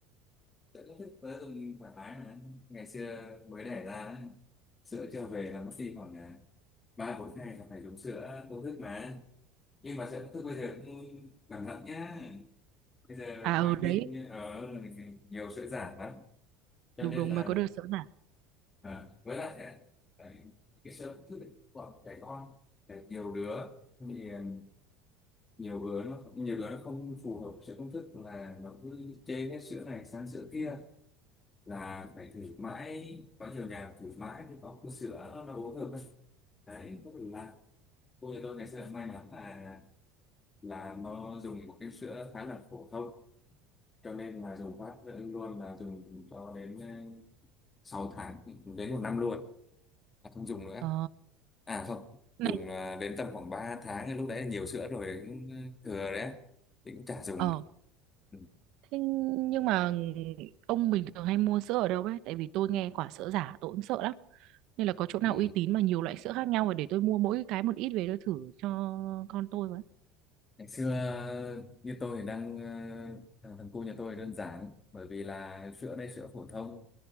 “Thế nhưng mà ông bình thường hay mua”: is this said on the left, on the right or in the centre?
Right